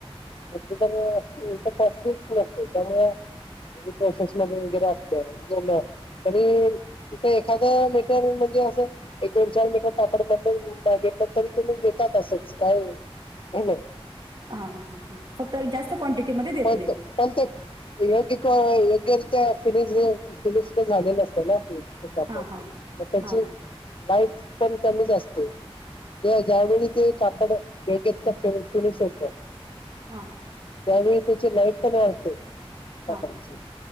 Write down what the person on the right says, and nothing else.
हा हा हा हा फक्त जास्त क्वांटिटीमध्ये
देत
नाहीत
हां हां
हां हां
हा.
हां